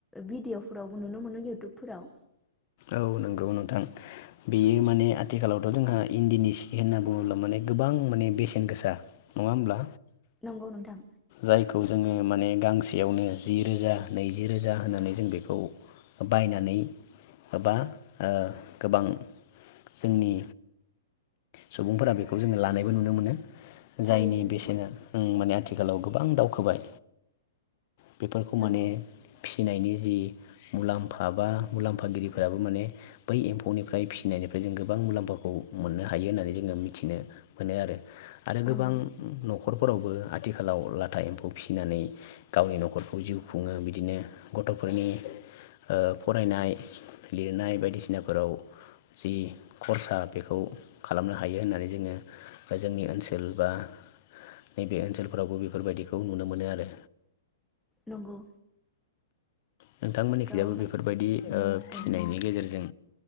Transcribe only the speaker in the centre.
भिडिअफोरावबो नुनो मोनो यउटुबफोराव।
नंगौ नोंथां
थारैनो
नंगौ
नंगौ
नंगौ।
थ' माने
औ